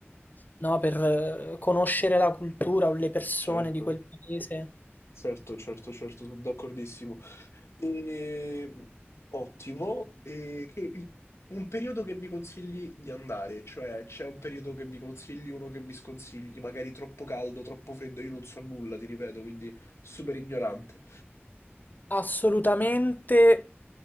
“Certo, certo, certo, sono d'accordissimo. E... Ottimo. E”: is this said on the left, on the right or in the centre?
Left